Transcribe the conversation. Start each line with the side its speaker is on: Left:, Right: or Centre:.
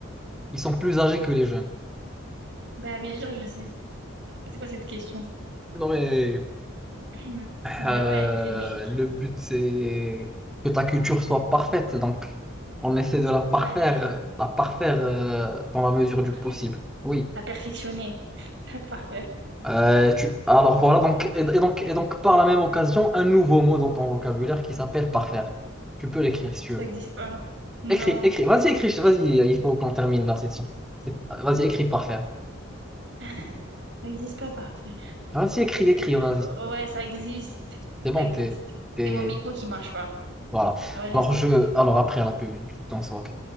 Centre: Ils sont plus âgés que les jeunes.
Right: Bah, bien sûr, je sais. C'est quoi cette question?
Centre: Non mais
Right: <clears throat> Ah
Centre: euh,
Right: ouais, c'est logique.
Centre: le but c'est que ta culture soit parfaite, donc on essaie de la parfaire,
Right: Ouais, elle est
Centre: la parfaire euh, dans la mesure
Right: la parfaire.
Centre: du possible. Oui.
Right: La perfectionnée. <laughs> La parfaire.
Centre: Euh, tu... Alors voilà, donc, et, et donc, et donc par la même occasion, un nouveau mot dans ton vocabulaire qui s'appelle parfaire. Tu peux l'écrire si tu
Right: Ça
Centre: veux.
Right: n'existe pas. Non,
Centre: Écris, écris, vas-y, écris, vas-y, il faut qu'on termine la session. C'est- Vas-y, écris parfaire.
Right: ça n'existe pas parfaire.
Centre: Vas-y, écris, écris,
Right: Ouais,
Centre: vas-y.
Right: ça existe.
Centre: C'est bon,
Right: Ça existe.
Centre: t'es, t'es...
Right: C'est mon micro qui marche pas.
Centre: Voilà.
Right: Ouais, je
Centre: Alors
Right: sais
Centre: je. Alors après la pub, je t'en sors, ok.